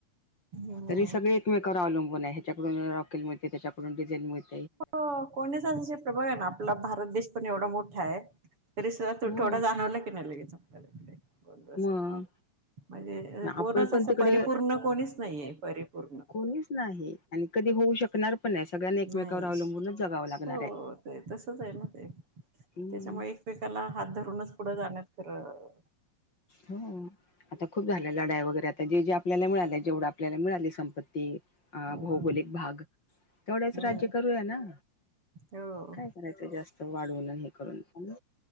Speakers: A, on the right (about 45°); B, on the left (about 35°).
A: हम्म
B: तरी सगळे एकमेकावर अवलंबून आहे,, ह्याच्याकडून रॉकेल मुळे त्याच्याकडून डिझेल मुळे.
A: हो, कोणीचा असे प्रभाग आहे ना आपला भारत देश पण एवढा मोठा आहे, तरी सुधा तुटवडा
B: हो
A: जाणवला की नाही लगेच आपल्याला इकडे. खूपच
B: मग
A: य म्हणजे
B: आपण
A: कोणच
B: पण
A: असं
B: तिकडे
A: परिपूर्ण कोणीच नाहीये परिपूर्ण.
B: कोणीच नाही. आणि कधी होऊ शकणार पण नाही सगळ्यांनी एकमेकावर
A: नाही
B: अवलंबूनच जगावं लागणार
A: हो
B: आहे.
A: ते तसच आहे ना ते
B: हम्म
A: त्याच्यामुळे एकमेकाला हात धरूनच पुढे जाण्यात खरं
B: हो <unintelligible> खूप झाल्या लढाई वगैरे, आता जे जे आपल्याला मिळाले जेवढं आपल्याला मिळालीय संपत्ती अ
A: हम्म
B: भौगोलिक भाग, तेवढ्याच
A: हम्म
B: राज्य करूया ना-
A: हो
B: काय करायचं जास्त वाढवून आमी हे करून पण,